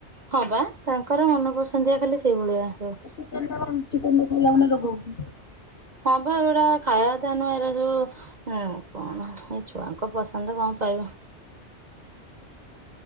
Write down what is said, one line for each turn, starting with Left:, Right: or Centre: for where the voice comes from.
Right: ହଁ ପା ତାଙ୍କର ମନପସନ୍ଦିଆ ଖାଲି ସେଇଭଳିଆ।
Left: ଚିକେନ ଟା କଣ ଚିକେନ ଟା ଖାଇଲା ମାନେ ରୋଗ ହଉଛି।
Right: ହଁ ପା ଏଉରା ଖାଇବା ତା ନୁହେଁ ଏରା ଯୋଉ ଉମ୍ କଣ ଏଇ ଛୁଆଙ୍କ ପସନ୍ଦ କଣ <inaudible>